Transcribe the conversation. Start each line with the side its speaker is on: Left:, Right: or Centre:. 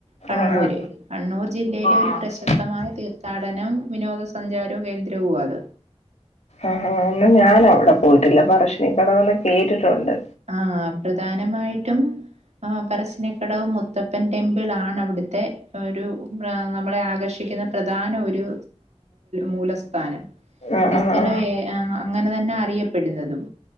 Right: കണ്ണൂര്,
Left: ആഹ്
Right: കണ്ണൂർ ജില്ലയിലെ ഒര്
Left: ആഹ്
Right: പ്രശസ്തമായ തീർഥാടനം വിനോദസഞ്ചാരൊ കേന്ദ്രവുവാത്
Left: ആഹ് ആ ഞാനവിടെ പോയിട്ടില്ല പറശ്ശിനിക്കടവ് എന്ന് കേട്ടിട്ടുണ്ട്
Right: ആ പ്രധാനമായിട്ടും പറശ്ശിനിക്കടവ് മുത്തപ്പൻ ടെമ്പിളാണ് അവിടുത്തെ ഒരു നമ്മളെ ആകർഷിക്കുന്ന പ്രധാന ഒരു മൂലസ്ഥാനം
Left: ആഹ്
Right: ഈ
Left: ആഹ്
Right: സ്ഥലം- അങ്ങനെ തന്നെയാണ് അറിയപ്പെടുന്നതും